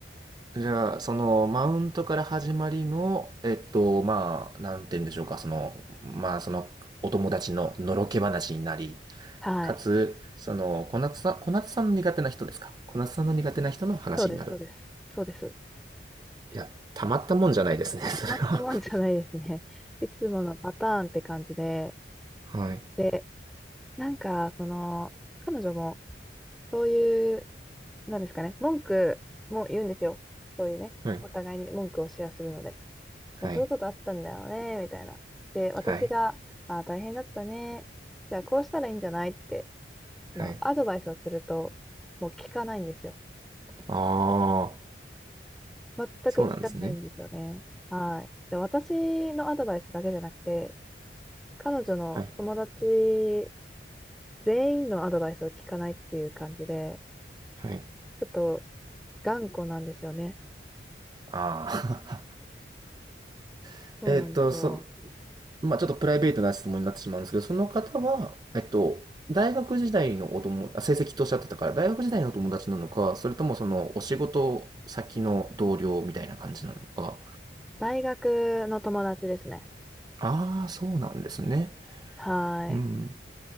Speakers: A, on the right (about 25°); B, in the centre.
A: じゃあ、その、マウントから始まりの、えっと、まあ、なんて言うんでしょうか、その、まあ、その、お友達ののろけ話になり、
B: はい。
A: かつ、その、小夏さん、小夏さんの苦手な人ですか小夏さんの苦手な人の話になる。
B: そうです、そうです。そうです。
A: いや、たまったもんじゃないですね、<laughs> それは。
B: 止まったもんじゃないですね。
A: <laughs>
B: <laughs> いつものパターンって感じで、
A: はい。
B: で、なんか、その、彼女も、そういう、なんですかね、文句も言うんですよ。そういうね、
A: はい。
B: お互いに文句をシェアするので。
A: はい。
B: こういうことあったんだよね、みたいな。で、私が、
A: はい。
B: あー、大変だったね。じゃあ、こうしたらいいんじゃないって、まあ、
A: はい。
B: アドバイスをすると、もう聞かないんですよ。
A: ああ、
B: 全く聞かないんですよね。
A: そうなんですね。
B: はい。で、私のアドバイスだけじゃなくて、彼女の友達
A: はい。
B: 全員のアドバイスを聞かないっていう感じで、
A: はい。
B: ちょっと頑固なんですよね。
A: ああ。<laughs>
B: そうなんですよ。
A: えっと、そ、まあちょっとプライベートな質問になってしまうんですけど、その方は、えっと、大学時代のお友、あ成績とおっしゃってたから、大学時代のお友達なのか、それともそのお仕事先の同僚みたいな感じなのか。
B: 大学の友達ですね。
A: ああ、そうなんですね。
B: はい。
A: うん。